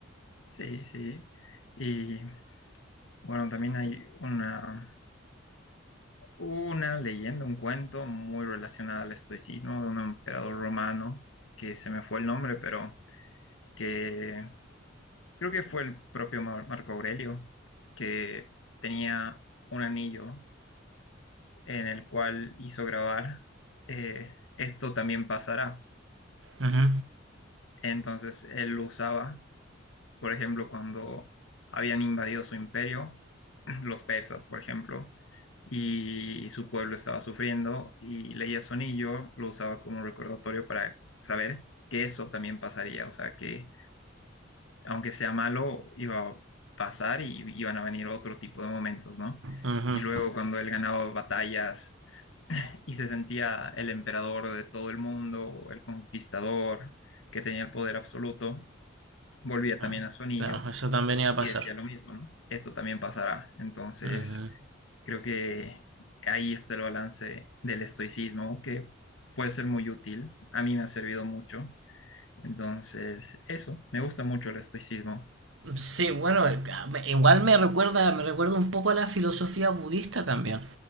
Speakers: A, on the left; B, on the right.
A: Sí, sí. Y bueno, también hay una, una leyenda, un cuento muy relacionado al estoicismo de un emperador romano, que se me fue el nombre, pero que creo que fue el propio Mar- Marco Aurelio, que tenía un anillo en el cual hizo grabar, eh, esto también pasará.
B: Ujú,
A: Entonces él lo usaba, por ejemplo, cuando habían invadido su imperio, <clears throat> los persas, por ejemplo, y su pueblo estaba sufriendo y leía su anillo, lo usaba como recordatorio para saber que eso también pasaría, o sea, que aunque sea malo, iba a pasar y iban a venir otro tipo de momentos, ¿no?
B: ujú.
A: Y luego cuando él ganaba batallas, y se sentía el emperador de todo el mundo, el conquistador que tenía el poder absoluto, volvía
B: Ah,
A: también a su anillo
B: claro, eso también iba a pasar.
A: y decía lo mismo, ¿no? Esto también pasará. Entonces,
B: Ujú.
A: creo que ahí está el balance del estoicismo, que puede ser muy útil. A mí me ha servido mucho. Entonces, eso, me gusta mucho el estoicismo.
B: Sí, bueno, igual me recuerda, me recuerda un poco a la filosofía budista también.